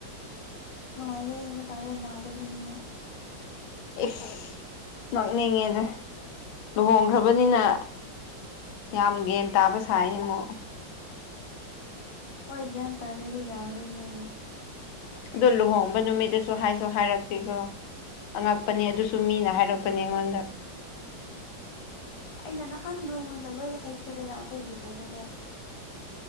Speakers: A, on the left; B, on the left.
A: ꯅꯨꯡꯉꯥꯏꯔꯦ ꯍꯥꯏꯕ ꯇꯥꯔꯦ ꯅꯥꯗꯕꯅꯤꯅ
B: ꯏꯁ ꯅꯣꯛꯅꯤꯡꯉꯦꯗ ꯂꯨꯍꯣꯡꯈ꯭ꯔꯕꯅꯤꯅ ꯌꯥꯝ ꯒ꯭ꯌꯥꯟ ꯇꯥꯕ ꯁꯥꯏꯅꯦ ꯑꯃꯨꯛ
A: ꯍꯣꯏ ꯒ꯭ꯌꯥꯟ ꯇꯥꯗ꯭ꯔꯗꯤ ꯌꯥꯔꯔꯣꯏꯅꯦ
B: ꯑꯗꯣ ꯂꯨꯍꯣꯡꯕ ꯅꯨꯃꯤꯠꯇꯁꯨ ꯍꯥꯏꯁꯨ ꯍꯥꯏꯔꯛꯇꯦꯒꯣ ꯑꯉꯛꯄꯅꯦ ꯑꯗꯨꯁꯨ ꯃꯤꯅ ꯍꯥꯏꯔꯛꯄꯅꯦ ꯑꯩꯉꯣꯟꯗ
A: ꯑꯩꯅ ꯅꯍꯥꯟ ꯅꯣꯏꯉꯣꯟꯗ ꯂꯣꯏ ꯍꯩꯈ꯭ꯔꯤꯗꯅ ꯑꯩꯈꯣꯏꯒꯤ ꯀꯩꯅꯣꯗ